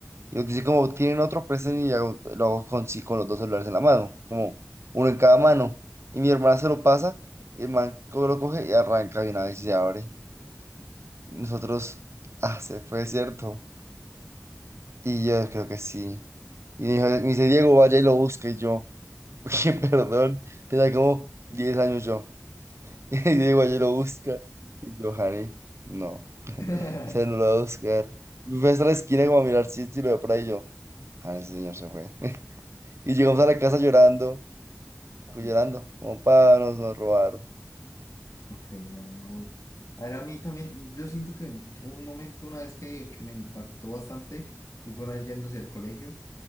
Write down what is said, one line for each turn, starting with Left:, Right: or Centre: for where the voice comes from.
Right: Y lo que dice como, tienen otro, presten y hago- lo hago con, sí, con los dos celulares en la mano, como uno en cada mano. Y mi hermana se lo pasa, y el man co- lo coge y arranca de una vez y se abre. Nosotros, ah, se fue, ¿cierto? Y yo creo que sí. Y me dijo- me dice, Diego, vaya y lo busque. Y yo, <laughs> oye, perdón, tenía como 10 años yo. <laughs> Y Diego, vaya y lo busca. Y yo, Jare, no.
Left: <laughs>
Right: se lo voy
Left: <laughs>
Right: a buscar. Fui hasta la esquina como a mirar si, si lo veo por ahí yo. Ah, ese señor se fue. <laughs> Y llegamos a la casa llorando, pues,
Left: Sí,
Right: llorando, como para nos, nos robaron.
Left: Ok, no, no. A ver, a mí también, yo siento que un momento, una vez que, que me impactó bastante, y fue una vez yendo hacia el colegio,